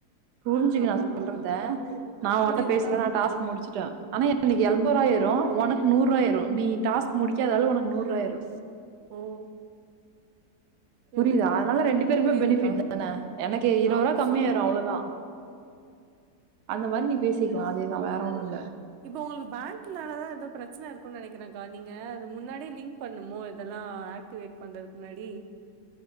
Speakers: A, on the right (about 85°); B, on the right (about 70°).
A: புரிஞ்சுக்க
B: ஆமா
A: நா சொல்றத நா உன்ட்ட
B: புரியுதுக்கா
A: பேசறே நா டாஸ்க் முடிச்சு ச்சா ஆனா எனக்கு எம்பது ஆயிரு ஒனக்கு நூறுருவா ஆயிரு நீ டாஸ்க் முடிக்காதால உனக்கு நூறுருவா ஆயிரு
B: ஓ ஓகே
A: புரியுதா
B: ஓகே
A: அதனால ரெண்டு பேருக்குமே
B: புரியுதுக்கா
A: பெனிஃபிட்தான எனக்கு இருவது
B: ஆமா
A: ரூவா கம்மியாயிரு அவ்ளவுதா அந்த மாரி நீ பேசிக்கலா அதேதா வேற ஒண்ணு இல்ல
B: இப்ப உங்களுக்கு பேங்க்னாலதா எதோ பிரச்சன இருக்குன்னு நெனக் கிறங்க்கா நீங்க அது முன்னாடியே லிங்க் பண்ணுமோ இதல்லா ஆக்டிவேட் பண்றதுக்கு முன்னாடி